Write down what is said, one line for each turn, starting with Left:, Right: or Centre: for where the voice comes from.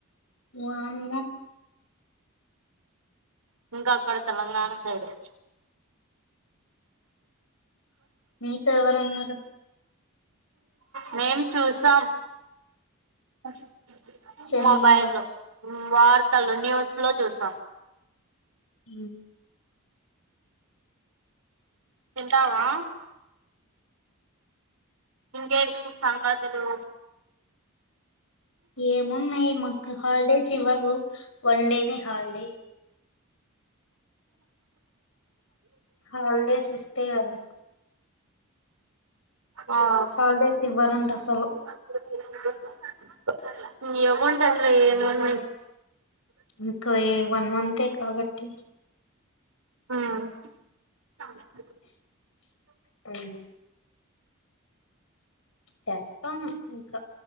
Left: వామ్మో
Right: ఇంక అక్కడ తెలంగాణ సైడు
Left: మీతో ఎవరున్నారు
Right: మేం చూసాం అస్
Left: సెల్లులోనా
Right: మొబైల్ లో వార్తలు న్యూస్ లో చూసాం
Left: ఉమ్మ్
Right: ఇంటావా ఇంకేది మీ సంగతులు
Left: ఏమున్నయి మాకు హాలిడేస్ ఇవ్వరు వన్ డే నే హాలిడే హాలిడేస్ ఇస్తే కదా
Right: <unintelligible>
Left: హాలిడేస్ ఇవ్వరంట అసలు
Right: అకౌంట్ టైమ్ లో ఏముంది
Left: ఇంకా ఏం. వన్ మంతే కాబట్టి.
Right: హా
Left: హు స ఇంకా ఇంకా